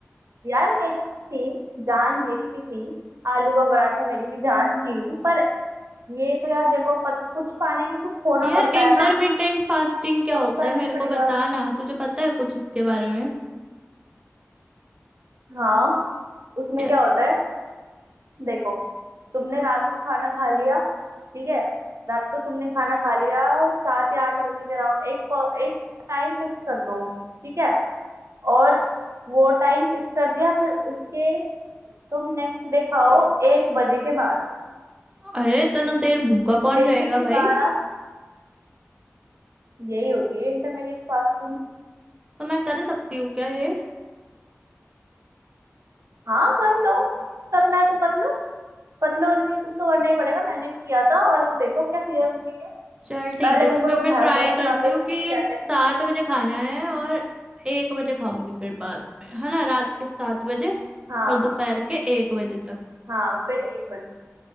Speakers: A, on the right; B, on the right.
A: यार मेरी भी थी जान मेरी भी थी आलू का पराठा मेरी भी जान थी पर ये तो यार देखो पत, कुछ पाने के लिए कुछ खोना
B: यार
A: पड़ता
B: इंटरमिटेंट
A: है ना
B: फास्टिंग क्या
A: तो
B: होता
A: वो करना
B: है
A: ही
B: मेरे
A: पड़ेगा
B: को बता ना तुझे पता है कुछ इसके बारे में
A: हाँ उसमें
B: क्या-
A: क्या होता है देखो तुमने रात को खाना खा लिया ठीक है रात को तुमने खाना खा लिया सात या आठ बजे के अराउंड एक प- एक टाइम फिक्स कर दो ठीक है और वो टाइम फिक्स कर दिया फिर उसके तुम नेक्स्ट डे खाओ एक बजे के बाद
B: अरे इतना देर भूखा कौन
A: बेसिकली
B: रहेगा भाई
A: बारह यही होती है इंटरमीडिएट फास्टिंग
B: तो मैं कर सकती हूँ क्या ये
A: हाँ कर लो तुम्हें करना है तो कर लो पतला होने के लिए कुछ तो करना ही पड़ेगा मैंने भी किया था और अब देखो क्या फिगर बन गई है
B: चल ठीक
A: पहले
B: है
A: मेरे
B: तो
A: को
B: फिर
A: लोग
B: मैं
A: भैंस
B: ट्राई
A: भैंस
B: करती
A: छुड़ाते
B: हूँ
A: थे अब
B: कि
A: कहते
B: सात
A: हैं
B: बजे खाना है और एक बजे खाऊंगी फिर बाद में है ना रात के सात बजे
A: हाँ
B: और दोपहर के एक बजे तक
A: हाँ फिर एक बजे